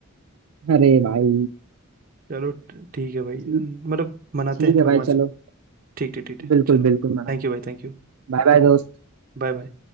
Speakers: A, on the right; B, on the right.
A: अरे भाई
B: चलो ठीक है भाई
A: ठीक
B: मतलब मनाते
A: ठीक
B: हैं
A: है
B: भगवान
A: भाई
B: से
A: चलो
B: ठीक ठीक ठीक है
A: बिल्कुल
B: चलो
A: बिल्कुल मनाएंगे
B: थैंक यू भाई थैंक यू
A: बाय बाय दोस्त
B: Bye bye